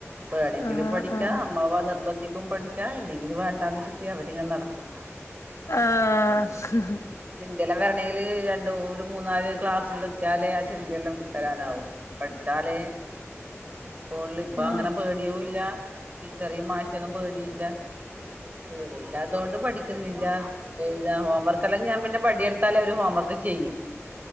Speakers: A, on the right; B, on the left.
A: വേണമെങ്കിലും
B: ആ
A: പഠിക്കാ
B: ആ
A: അമ്മാവ നിർബന്ധി പഠിക്കാ ഇല്ലെങ്കിൽ വേണ്ടാന്ന് വെച്ച് അവരിങ്ങനെ നടക്കും
B: ആഹ്
A: ചിന്തെലാം വരണമെങ്കില് രണ്ടു ഒരു മൂന്നാല് ക്ലാസ് എത്തിലേ ആ ചിന്തെല്ലാം വരാനാവും പഠിച്ചാ ലേ സ്കൂളിൽ ഇപ്പ
B: ആ
A: അങ്ങനെ പേടിയും ഇല്ല ടീച്ചറയും മാഷയൊന്നും പേടിയില്ല പേടയില്ലാതൊണ്ട് പഠിക്കുന്നില്ല ഹോംവർക്ക്ല്ലാം ഞാൻ പിന്നെ പ എഴുതി എടുത്താല് അവര് ഹോം വർക്ക് ചെയും